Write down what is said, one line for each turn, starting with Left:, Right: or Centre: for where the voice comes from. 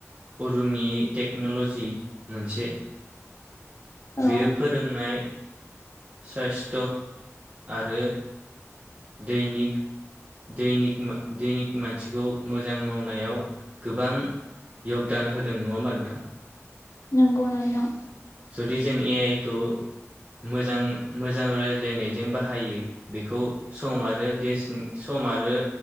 Right: अरुननि टेक्न'ल'जि मोनसे
Left: औ
Right: बेयो फोरोंनाय साइस्ट आरो दैनिक दैनिक मो दैनिक मानसिखौ मोजां मावनायाव गोबां यगदान होदों नङा ओमबा नोंथां?
Left: नोंगौ नोंथां।
Right: जुदि जों ए आइ खौ मोजां मोजां रायज्लायनायजों बाहायो बेखौ सम आरो देसनि सम आरो